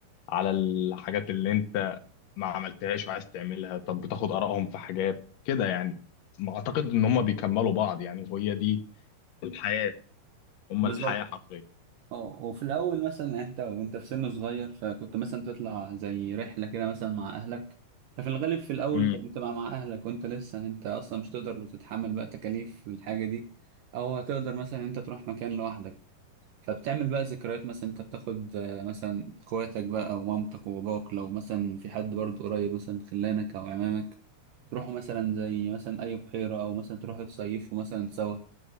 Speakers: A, on the left; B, on the right.
A: على الحاجات اللي انت ما عملتهاش وعايز تعملها طب بتاخد آرائهم في حاجات كده يعني ما أعتقد إن هم بيكملوا بعض يعني وهي دي الحياة هم
B: بالظبط
A: الحياة حرفيا
B: اه وفي الاول مثلا يعني انت وانت في سن صغير فكنت مثلا تطلع زي رحله كده مثلا مع اهلك ففي الغالب في الاول
A: امم
B: كنت بتبقى مع اهلك وانت لسه انت اصلا مش تقدر تتحمل بقى تكاليف الحاجه دي او هتقدر مثلا انت تروح مكان لوحدك فبتعمل بقى ذكريات مثلا انت بتاخد آه، مثلا اخواتك بقى ومامتك وباباك لو مثلا في حد برضه قريب مثلا خلانك او عمامك تروحوا مثلا زي مثلا اي بحيره او مثلا تروحوا تصيفوا مثلا سوا